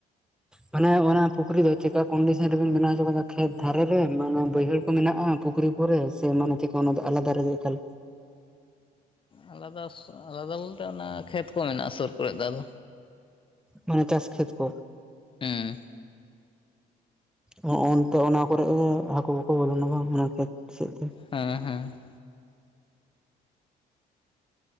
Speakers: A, in the centre; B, on the left (about 30°).
A: ᱢᱟᱱᱮ ᱚᱱᱟ ᱯᱩᱠᱷᱨᱤ ᱫᱚ ᱪᱮᱠᱟ ᱠᱚᱱᱰᱤᱥᱚᱱ ᱨᱮᱵᱮᱱ ᱵᱮᱱᱟᱣ ᱦᱚᱪᱚ ᱠᱟᱫᱟ ᱠᱷᱮᱛ ᱫᱷᱟᱨᱮ ᱨᱮ ᱢᱟᱱ ᱵᱟᱹᱭᱦᱟᱹᱲ ᱠᱚ ᱢᱮᱱᱟᱜᱼᱟ ᱯᱩᱠᱷᱨᱤ ᱠᱚᱨᱮ ᱥᱮ ᱢᱟᱱᱮ ᱪᱮᱠᱟ ᱚᱱᱟ ᱫᱚ ᱟᱞᱟᱫᱟ ᱨᱮᱜᱮ ᱮᱠᱟᱞ?
B: ᱟᱞᱟᱫᱟ ᱥᱩ ᱟᱞᱟᱫᱟ ᱵᱚᱞᱛᱮ ᱚᱱᱟ ᱠᱷᱮᱛ ᱠᱚ ᱢᱮᱱᱟᱜᱼᱟ ᱥᱩᱨ ᱠᱚᱨᱮᱜ ᱫᱚ ᱟᱫᱚ
A: ᱢᱟᱱᱮ ᱪᱟᱥ ᱠᱷᱮᱛ ᱠᱚ?
B: ᱦᱮᱸ
A: ᱦᱚᱜ ᱚᱱᱛᱮ ᱚᱱᱟ ᱠᱚᱨᱮ ᱦᱟᱹᱠᱩ ᱠᱚᱠᱚ ᱵᱚᱞᱚᱱᱟ ᱵᱟᱝ ᱚᱱᱟ ᱠᱷᱮᱛ ᱥᱮᱫ ᱛᱮ ᱾
B: ᱦᱮᱸ ᱦᱮᱸ ᱾